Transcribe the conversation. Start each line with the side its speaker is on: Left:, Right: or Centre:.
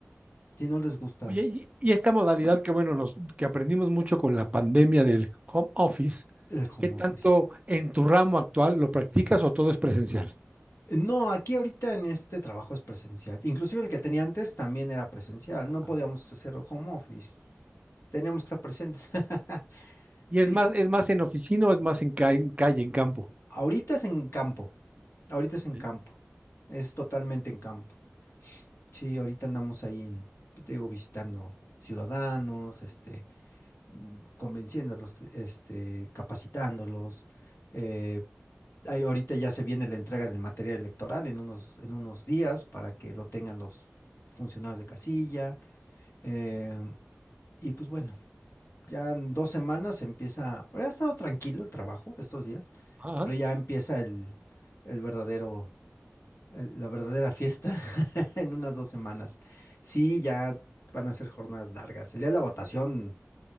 Left: Si no les gusta
Right: Oye, y, y esta modalidad que bueno, los que aprendimos mucho con la pandemia del home office,
Left: el home
Right: ¿qué tanto
Left: office.
Right: en tu ramo actual lo practicas o todo es presencial?
Left: No, aquí ahorita en este trabajo es presencial. Inclusive el que tenía antes también era presencial.
Right: Ajá.
Left: No podíamos hacer home office. Teníamos que estar presentes. <laughs>
Right: Y
Left: Sí,
Right: es más, es más en oficina o es más en, ca- en calle, en campo.
Left: ahorita es en campo. Ahorita es en
Right: Sí.
Left: campo. Es totalmente en campo. Sí, ahorita andamos ahí en, te digo, visitando ciudadanos, este, mm, convenciéndolos, este, capacitándolos, eh, Ahí ahorita ya se viene la entrega del material electoral en unos, en unos días para que lo tengan los funcionarios de casilla. eh, y pues bueno, ya en dos semanas empieza, ha estado tranquilo el trabajo estos días,
Right: Ajá.
Left: pero ya empieza el, el verdadero, el- la verdadera fiesta <laughs> en unas dos semanas. Sí, ya van a ser jornadas largas. El día de la votación